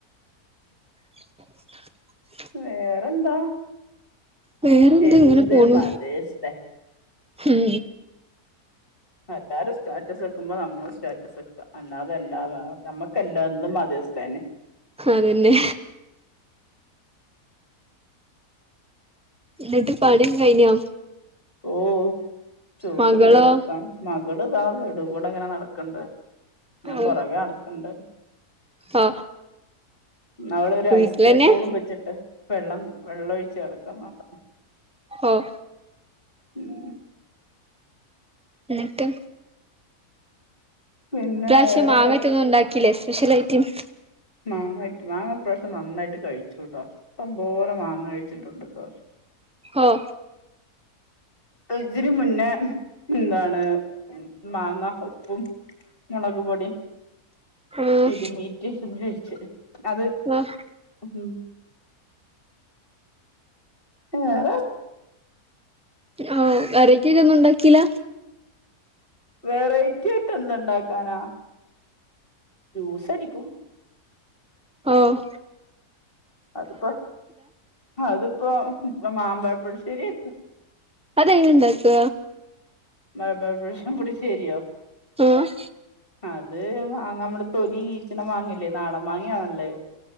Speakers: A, in the centre; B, on the left.
A: <inaudible>
B: വേറെന്താ
A: വേറെന്ത്‌
B: എന്ത്
A: ഇങ്ങനെ പോണു
B: മദേഴ്സ് ഡേ
A: മം
B: എല്ലാരും സ്റ്റാറ്റസ് വെക്കുമ്പോ നമ്മളും സ്റ്റാറ്റസ് വെക്ക അല്ലാതെ എല്ലാ നമ്മക്ക എല്ലാം ഒന്നും മതേർസ് ഡേ തന്നെ
A: അതന്നെ എന്നിട്ട് പണിം കഴിഞ്ഞോ
B: ഓഹ് ചോറ്ണ്ട്
A: മകളോ
B: വെക്കാൻ മകള്താ ഇതികൂടെ ഇങ്ങനെ നടക്ണ്ട് ഞാൻ
A: ഓ
B: പുറകെ നടക്ണ്ട്
A: ഓ
B: അവളൊരു
A: വീട്ടിലന്നെ
B: ഐസ്ക്രീം ബോളും വെച്ചിട്ട് വെള്ളം വെള്ളം ഒഴിച്ച് നടക്കുന്നുണ്ട്
A: ഓഹ്
B: ഉം
A: എന്നിട്ട്
B: പിന്നെ
A: ഇപ്രാവശ്യം
B: വേറെപ്പ
A: മാങ്ങട്ട് ഒന്നും ഉണ്ടാക്കില്ലേ സ്പെഷ്യൽ ഐറ്റംസ്
B: മാങ്ങായിട്ട് മാങ്ങ ഇപ്രാവശം നന്നായിട്ട് കഴിച്ചുട്ടോ അപ്പം പോരെ മാങ്ങ കഴിച്ചിട്ടുണ്ട് ഇപ്രാവശ്യം
A: ഓഹ്
B: ഇതിന് മുന്നേ എന്താണ് മാങ്ങ ഉപ്പും മുളക് പൊടിയും
A: ആഹ്
B: തിരുമീട്ട് കഴിച്ച് അത്
A: ആഹ്
B: ഉം വേറെ
A: ആഹ് വെറൈറ്റിത് ഒന്നും ഉണ്ടാക്കില്ല
B: വെറൈറ്റി ആയിട്ട് എന്ത്‌ ഉണ്ടാക്കാനാ ജൂസടിക്കും
A: ആഹ്
B: അതിപ്പോ അതിപ്പോ മാമ്പഴ പുളിശ്ശേരിവെക്കും
A: അതെ എങ്ങനെ ഉണ്ടാക്ക?
B: ബ ബ പുളിശ്ശേരിയോ
A: ആഹ്
B: അത് മാങ്ങാ നമ്മള് തൊലി കീച്ചണ മാങ്ങല്ലേ നാടൻ മാങ്ങയ നല്ലത്